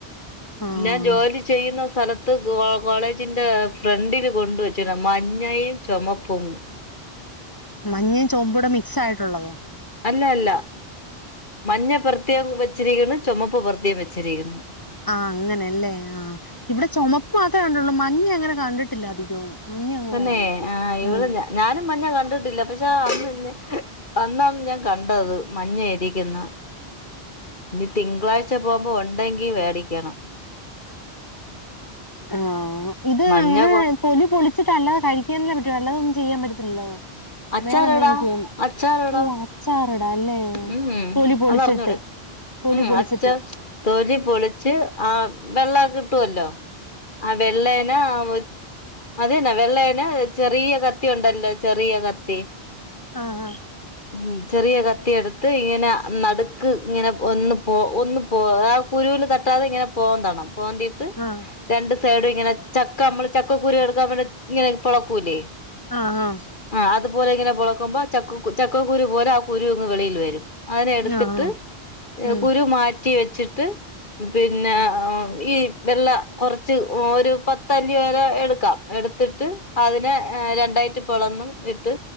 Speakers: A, on the left; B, on the left.
A: ആഹ്
B: ഞാൻ ജോലി ചെയ്യുന്ന- സ്ഥലത്ത് കോ കോളേജിന്റെ ഫ്രണ്ടില് കൊണ്ടുവച്ചി മഞ്ഞയും ചൊമപ്പും
A: മഞ്ഞയും ചോപ്പുടെ മിക്സായിട്ടുള്ളത്
B: അല്ല അല്ല മഞ്ഞ പ്രത്യേം വെച്ചിരിക്ക്ന്ന് ചൊമപ്പ് പ്രത്യേം വെച്ചിര്ക്ക്ന്ന്
A: ആ അങ്ങനല്ലേ ആ ഇവിടെ ചൊമപ്പ് മാത്രേ കണ്ടുള്ളൂ മഞ്ഞ അങ്ങനെ കണ്ടിട്ടില്ല അധികവും മഞ്ഞ അങ്ങനെ
B: തന്നെ
A: കണ്ടിട്ടില്ല
B: ആഹ് ഇവള്
A: ഉം
B: ഞ ഞാനും മഞ്ഞ കണ്ടിട്ടില്ല പക്ഷെ അന്നെ അന്നാണ് ഞാൻ കണ്ടത് മഞ്ഞ ഇരിക്കുന്ന ഇനി തിങ്കളാഴ്ച പോകുമ്പോ ഒണ്ടെങ്കി വേടിക്കണം
A: ആ ഇത്
B: മഞ്ഞ
A: അങ്ങെ
B: കൊ
A: തൊലി പൊളി ച്ച്ട്ട് അല്ലാതെ കഴിക്കാനല്ലേ പറ്റൊള്ളൂ അല്ലാതൊന്നും ചെയ്യാൻ പറ്റത്തില്ലല്ലോ
B: അച്ചാറ്ടാ
A: വേറെ എന്തെങ്കിലും ചെയ്യ
B: അച്ചാറ്ടാ
A: ഓ അച്ചാറിടാ അല്ലേ
B: ഉം
A: തൊലി പൊളിച്ചിട്ട്
B: അതറിഞ്ഞൂടെ
A: തൊലി
B: ഉം
A: പൊളിച്ചിട്ട്
B: അച്ഛ തൊലി പൊളിച്ച് ആ വെള്ള കിട്ടുവല്ലോ ആ വെള്ളേല് <unintelligible> അതെന്നെ വെള്ളേല് <unintelligible> ചെറിയ കത്തി ഒണ്ടല്ലോ ചെറിയ കത്തി
A: ആഹ് ആഹ്
B: ഉം ചെറിയ കത്തി എടു ത്ത് ഇങ്ങനെ നടുക്ക് ഇങ്ങനെ ഒന്ന് പോ ഒന്ന് പോ ആഹ് കുരുവിൽ തട്ടാതെ ഇങ്ങനെ പോന്തണം പോന്തിട്ട്
A: ആ
B: രണ്ട് സൈഡും ഇങ്ങനെ ചക്ക നമ്മള് ചക്കക്കുരു എടുക്കാൻ ഇങ്ങനെ പൊളക്കൂലേ
A: ആ ആ
B: ആഹ് അതുപോലെ ഇങ്ങനെ പൊളക്കുമ്പോ ചക്കക്കുരു ചക്കക്കരു പോലെ ആ കുരു ഇങ്ങു വെളിയിൽ വ രും അയിനെ എടുത്തിട്ട്
A: ആ ആ ഉം
B: കുരു മാറ്റി വെച്ചിട്ട് പിന്നെ ഈ വെള്ള കുറച്ച് ഒരു പത്തല്ലി വരെ എടുക്കാം എടുത്തിട്ട് അതിനെ രണ്ടായിട്ട് പോളന്ന് ഇട്ട്